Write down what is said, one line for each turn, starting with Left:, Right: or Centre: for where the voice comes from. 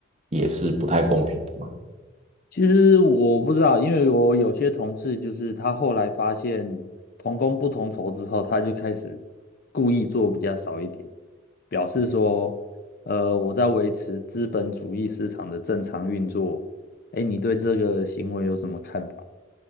Right: 也是不太公平的嘛。
Left: 其实我不知道，因为我有些同事就是他后来发现同工不同酬之后，他就开始故意做比较少一点。表示说，呃，我在维持资本主义市场的正常运作。哎，你对这个行为有什么看法？